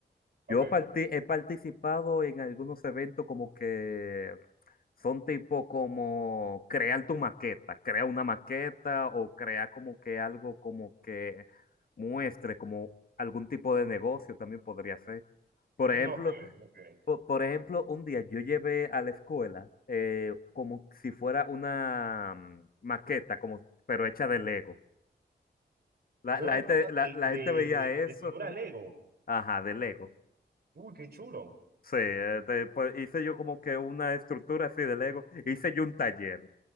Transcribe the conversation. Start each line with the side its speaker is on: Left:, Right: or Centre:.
Right: Ok.
Left: Yo parti- he participado en algunos eventos como que son tipo como crear tu maqueta, crea una maqueta o crea como que algo como que muestre como algún tipo de negocio también podría ser. Por
Right: Mm,
Left: ejemplo,
Right: ok, ok.
Left: po- por, ejemplo, un día yo llevé a la escuela eh, como si fuera una mm, maqueta, como, pero hecha de Lego. La,
Right: No
Left: la
Right: me
Left: gente,
Right: has quitado
Left: la
Right: de,
Left: la
Right: de,
Left: gente veía
Right: de,
Left: eso,
Right: de figura
Left: <laughs>
Right: Lego.
Left: ajá, de Lego.
Right: Uy, qué chulo.
Left: Sí, eh, te- pues, hice yo como que una estructura así de Lego, hice yo un taller